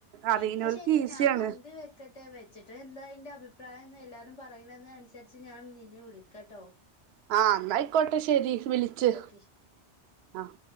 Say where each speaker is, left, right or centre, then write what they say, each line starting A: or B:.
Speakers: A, on the right; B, on the left.
A: അറിയുന്നോൽക്ക്
B: എന്നാ ശെരി
A: ഈസിയാണ്
B: ഞാൻ മന്തി വെ ക്കട്ടെ വെച്ചിട്ട് എന്താ അയിൻ്റെ അഭിപ്രായംന്ന് എല്ലാവരും പറയണതിനനുസരിച്ച് ഞാൻ നിന്നെ വിളിക്കട്ടോ
A: ആഹ് ഇന്നാ അയിക്കോട്ടെ ശെരി വിളിച്ച്
B: ഓക്കെ ശരി
A: ആഹ്